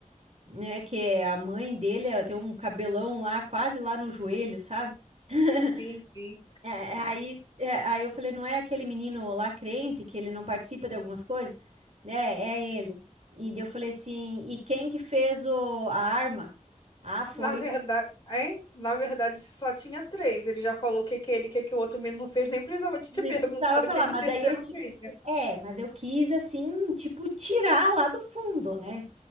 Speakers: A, on the right (about 50°); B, on the left (about 35°).
A: né? Que é a mãe dele é, tem um cabelão lá, quase lá no joelho, sabe? <laughs>
B: Sim, sim.
A: É, aí, é, aí eu falei: Não é aquele menino lá crente que ele não participa de algumas coisas? né? é ele. E daí eu falei assim: E quem que fez o, a arma? Ah, foi
B: Na verdade,
A: o.
B: hein? Na verdade, só tinha três. Ele já falou o que que é ele, o que que o outro menino fez, nem precisava de
A: Nem
B: ter <laughs> perguntado
A: precisava falar,
B: o que que
A: mas
B: o terceiro
A: aí eu. ti-
B: fez, né?
A: É, mas eu quis, assim, tipo, tirar lá do fundo, né?